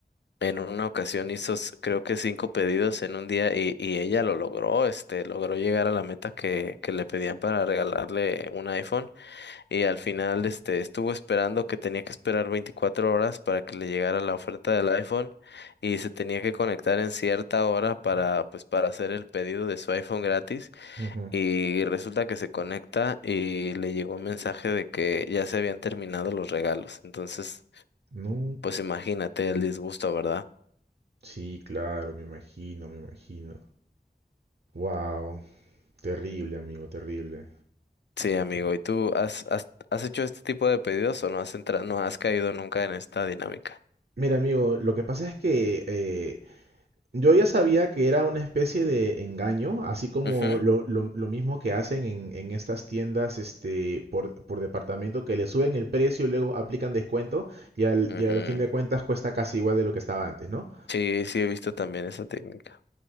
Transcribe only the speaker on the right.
ujú.
No.
Sí, claro, me imagino, me imagino. Wow, terrible, amigo, terrible.
Mira, amigo, lo que pasa es que eh, Yo ya sabía que era una especie de engaño, así como
lo, lo- lo mismo que hacen en, en estas tiendas este, por, por departamento, que le suben el precio y luego aplican descuento y al,
y al fin de cuentas cuesta casi igual de lo que estaba antes, ¿no?